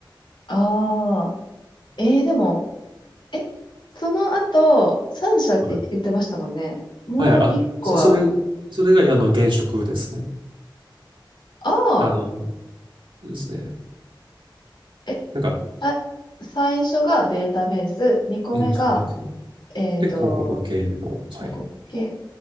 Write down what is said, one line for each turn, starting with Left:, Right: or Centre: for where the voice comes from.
Left: ああ、えー、でも、え、その後、3社って言ってましたもんね。
Right: はい。
Left: もう一個は、
Right: はいはい、あ、そ、それ、それがあの現職ですね。
Left: ああ、
Right: あの、ですね。
Left: え、
Right: なんか、
Left: さ最初がデータベース、2個目が、
Right: エンジニアですね、
Left: えっと、
Right: で広告系の、
Left: 広告系、
Right: はい。